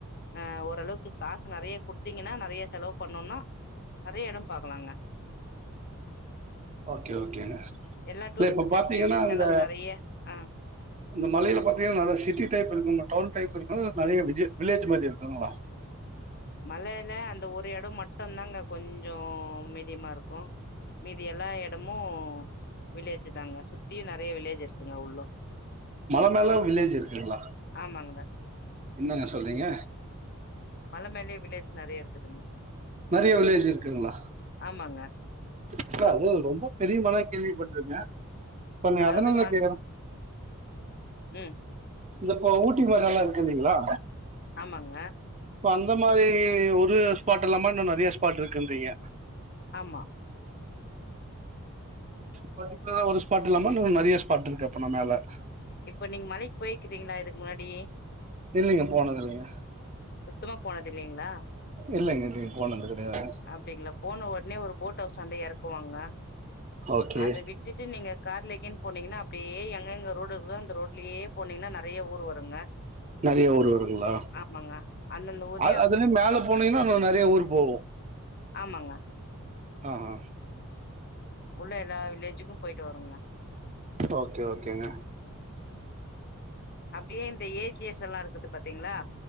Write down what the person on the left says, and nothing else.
ஆ ஓரளவுக்கு காசு நறைய குடுத்தீங்கன்னா நறைய செலவு பண்ணோன்னா நறைய எடம் பாக்கலாங்க
எல்லா
டூரிஸ்ட்
பிளேஸ்லயும்
எப்டி செலவு
நெறைய ஆ
மலையில அந்த ஒரு எடம் மட்டுந்தாங்க கொஞ் சோ மீடியமா இருக்கு மீதி எல்லா எட என்னமோ வில்லேஜ் ஞ்சுட்டாங்க சுத்தியு நெறயா வில்லேஜ் இருக்குங்க உள்ளு
ஆமாங்கடா
மல மேல்லியே வில்லேஜ் நெறியா இருக்குதுங்க
ஆமாங்க
அதாவது
ம
ம்
ஆமாங்க
ஆம்மா
இப்ப நீங் மலைக் போயிக்கிறீங்களா இதுக் முன்னாடி
சுத்தமா போனதே இல்லீங்குளா
அப்டிங்குளா போன ஒடனே ஒரு போட் ஹவுஷாண்ட எறக்குவாங்க
அத விட்டுட்டுன் நீங்க கார்லெகேன் போனீங்கன்னா அப்டியே எங்கங்க ரோடு இருக் க்குதோ அந்த ரோட்லியே போனீங்கன்னா நெறியா ஊர் வருங்க
ஆமாங்க அந்தந்த ஊரையு
அப்
ஆமாங்க
உள்ள எல்லா வில்லேஜுக்கு போயிட்டு வருங்க
அப்டியே இந்த ஏ ஜி எஸ் சல்லா இருக்குது பாத்தீங்களா